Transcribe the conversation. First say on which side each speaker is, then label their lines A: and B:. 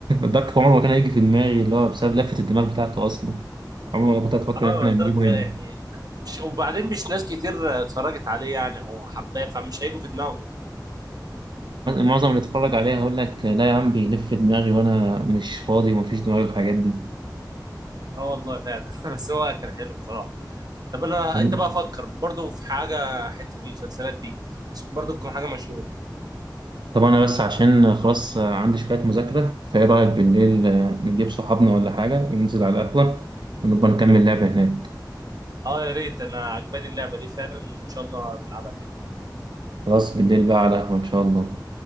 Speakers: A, on the right; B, on the right.
A: <laughs> دارك عمر ما كان هيجي في دماغي اللي هو بسبب لفة الدماغ بتاعته أصلا عمر ما كنت هتفكر
B: اه
A: إن إحنا هنجيبه
B: دارك يعني
A: هنا
B: مش وبعدين مش ناس كتير اتفرجت عليه يعني هو حباه فمش هيجوا في دماغه
A: معظم اللي اتفرج عليها هيقول لك لا يا عم بيلف دماغي وأنا مش فاضي ومفيش دماغي الحاجات دي
B: اه والله فعلا <laughs> بس هو كان حلو بصراحه طب انا
A: يعني
B: انت بقى فكر برضو في حاجه حته المسلسلات دي بس برضو تكون حاجه مشهوره
A: طبعا أنا بس عشان خلاص عندي شوية مذاكرة فإيه رأيك بالليل نجيب صحابنا ولا حاجة وننزل على القهوة ونبقى نكمل لعبة هناك
B: اه يا ريت انا عجباني اللعبه دي فعلا ان شاء الله نلعبها تاني
A: خلاص بالليل بقى على القهوة إن شاء الله